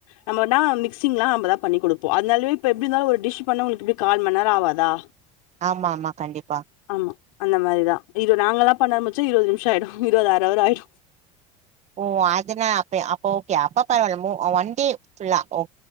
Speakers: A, on the left; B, on the right.
A: நம்ம வந்தா மிக்சிங்லா நம்மதா பண்ணி குடுக் போ அதனாலவே இப்ப எப்டி இருந்தாலு ஒரு டிஷ் பண்ண உங்ளுக்கு எப்டி கால் மண்நேர ஆவாதா
B: ஆமா ஆமா கண்டிப்பா
A: ஆமா அந்த மாரிதா இது நாங்கலா பண்ண ஆரம்பிச்சா இருவது நிமிஷ ஆயிடு இருபது அர அவர் ஆயிடு
B: ஓ அதனா அப்ப அப்ப ஓகே அப்ப பரவால்ல மு ஒன் டே ஃபுல்லா ஓ